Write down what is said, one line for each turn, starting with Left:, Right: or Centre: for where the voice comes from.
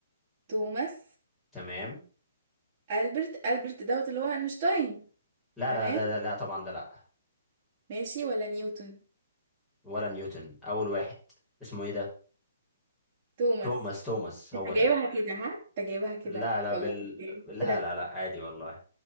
Right: توماس
Centre: تمام
Right: ألبرت ألبرت دوت اللي هو أينشتاين
Centre: لا
Right: تمام
Centre: لا لا ده ده- لا طبعا ده لا
Right: ماشي ولا نيوتن
Centre: ولا نيوتن اول واحد اسمه ايه ده
Right: توماس
Centre: توماس توماس هو
Right: انت جايبها
Centre: ده
Right: كده ها انت جايبها كده
Centre: لا لا
Right: والله
Centre: بال...
Right: جايبها
Centre: لا
Right: كده
Centre: لا لا عادي والله